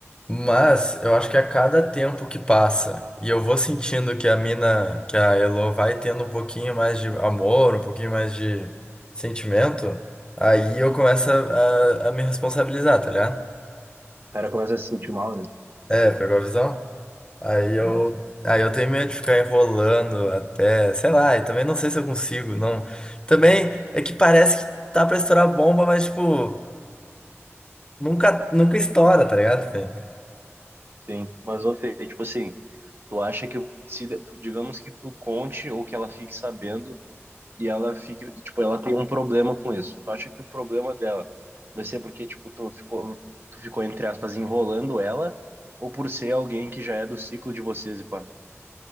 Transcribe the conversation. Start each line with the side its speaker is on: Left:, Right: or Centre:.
Left: Mas eu acho que a cada tempo que passa e eu vou sentindo que a mina, que a Elo vai tendo um pouquinho mais de amor, um pouquinho mais de sentimento, aí eu começo a, a, a me responsabilizar, tá ligado?
Right: O cara começa a se sentir mal, né?
Left: É, pegou a visão? Aí eu,
Right: Não bota-
Left: aí eu tenho medo de ficar enrolando até, sei lá, e também não sei se eu consigo, não. Também é que parece que tá pra estourar a bomba, mas tipo, nunca, nunca estoura, tá ligado, Fê?
Right: Sim, mas ô Fê, tipo assim, tu acha que se, digamos que tu conte ou que ela fique sabendo e ela fica, e, tipo, ela tem um problema com isso. Tu acha que o problema dela vai ser porque, tipo, tu ficou, tu ficou, entre aspas, enrolando ela, ou por ser alguém que já é do ciclo de vocês e pá?